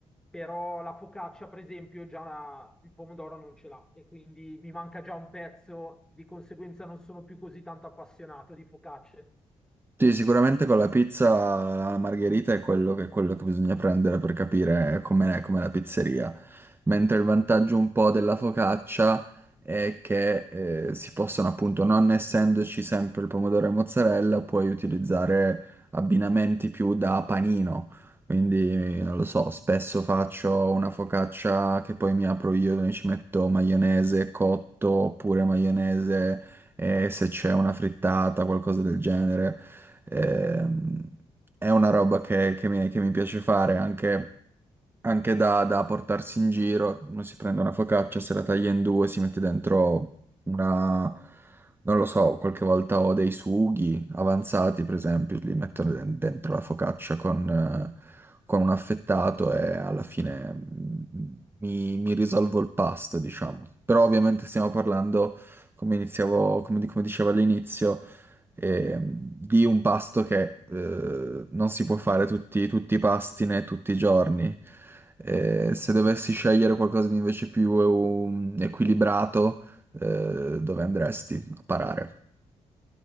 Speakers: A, in the centre; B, on the right.
A: Però la focaccia, per esempio, già la- il pomodoro non ce l'ha e quindi mi manca già un pezzo, di conseguenza non sono più così tanto appassionato di focacce.
B: Sì, sicuramente con la pizza la margherita è quello che, quello che bisogna prendere per capire com'è com'è la pizzeria. Mentre il vantaggio un po' della focaccia è che eh, si possono appunto, non essendoci sempre il pomodoro e mozzarella, puoi utilizzare abbinamenti più da panino. Quindi non lo so, spesso faccio una focaccia che poi mi apro io, dove ci metto maionese cotto oppure maionese e se c'è una frittata, qualcosa del genere. Ehm, è una roba che, che mi, che mi piace fare anche, anche da, da portarsi in giro. Uno si prende una focaccia, se la taglia in due, si mette dentro una, non lo so, qualche volta ho dei sughi avanzati, per esempio, li metto de- dentro la focaccia con, eh, con un affettato e alla fine mm, mi, mi risolvo il pasto, diciamo. Però ovviamente stiamo parlando, come iniziavo, come di- come dicevo all'inizio ehm, di un pasto che eh, non si può fare tutti, tutti i pasti né tutti i giorni. Eh, se dovessi scegliere qualcosa di invece più ehm, equilibrato, eh, dove andresti a parare?